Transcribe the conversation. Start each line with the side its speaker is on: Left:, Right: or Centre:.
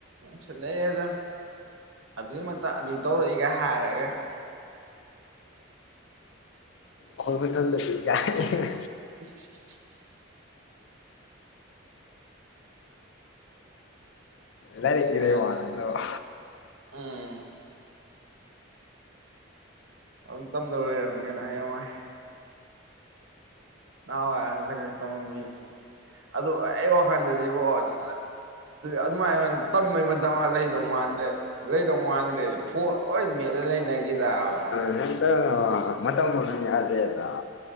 Right: ꯁꯨꯏꯠꯂꯩꯔꯗꯥ ꯑꯗꯨꯏ ꯃꯇꯥꯡ ꯑꯗꯨ ꯇꯧꯔꯛꯏꯒ ꯍꯥꯏꯔꯒ
Left: ꯑꯩꯈꯣꯌ ꯃꯇꯝꯗꯗꯤ ꯒꯥꯏꯅ
Right: ꯏꯁꯁꯤ ꯁꯤ
Left: ꯂꯥꯏꯔꯤꯀꯀꯤꯗꯩꯩ
Right: ꯑꯗꯨꯝ
Left: ꯋꯥ ꯅꯠꯇꯕ
Right: ꯎꯝ ꯑꯗꯨꯝ ꯇꯝꯗꯧ ꯂꯩꯔ꯭ꯃꯤ ꯀꯩꯅꯣ ꯍꯌꯦꯡꯋꯥꯏ ꯅꯍꯥꯟꯋꯥꯏ ꯑꯍꯟꯃꯥꯈꯩꯅꯁꯨ ꯇꯃꯥꯝꯃꯤꯁꯦ ꯑꯗꯨ ꯑꯩ ꯋꯥꯈꯜꯗꯗꯤꯕꯣ ꯑꯗꯨ ꯑꯗꯨꯃꯥꯏꯅꯅ ꯇꯝꯕꯩ ꯃꯇꯝꯒꯥ ꯂꯩꯗꯧ ꯃꯥꯟꯗ꯭ꯔꯦꯗꯅ ꯂꯩꯗꯧ ꯃꯥꯥꯟꯗ꯭ꯔꯦꯗꯤ ꯐꯣꯠ ꯂꯣꯏ ꯃꯦꯠꯂ ꯂꯩꯅꯈꯤꯗꯕ
Left: ꯂꯩꯏꯔ꯭ꯦꯅꯕ ꯃꯥꯇꯝ ꯃꯥꯡꯍꯨꯟ ꯌꯗꯦꯗ